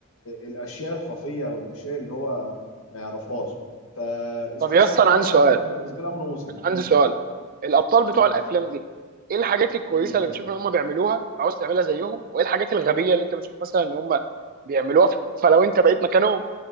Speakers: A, on the left; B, on the right.
A: الاشياء الخفيه او الاشياء اللي هو ما يعرفهاش فاستكشاف
B: طب يا اسطى انا
A: العالم
B: عندي سؤال
A: ده كان بالنسبه لي امر مسلم
B: انا عندي
A: مم.
B: سؤال الابطال بتوع
A: مم.
B: الافلام دي ايه الحاجات الكويسه
A: مم.
B: اللي بتشوف ان هم بيعملوها عاوز تعملها زيهم وايه الحاجات الغبيه اللي انت بتشوف مثلا ان هم بيعملوها ف- فلو انت بقيت مكانهم